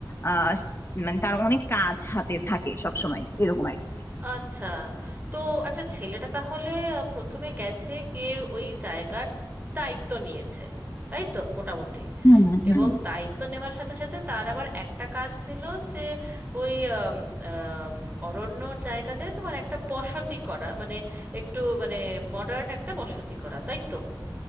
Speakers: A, on the left (about 30°); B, on the right (about 20°).
A: আহ মানে তার অনেক কাজ হাতে থাকে সব সময় এরকম আর কি
B: আচ্ছা তো আচ্ছা ছেলেটা তাহলে আহ, প্রথমে গেছে গিয়ে ওই জায়গার দায়িত্ব নিয়েছে তাই তো মোটামুটি
A: হুম হুম
B: এবং দায়িত্ব নেওয়ার সাথে সাথে তার আবার একটা কাজ ছিল যে ওই আম, আম, অরণ্যর জায়গাতে তোমার একটা বসতি করা মানে একটু মানে মডার্ন একটা বসতি করা তাই তো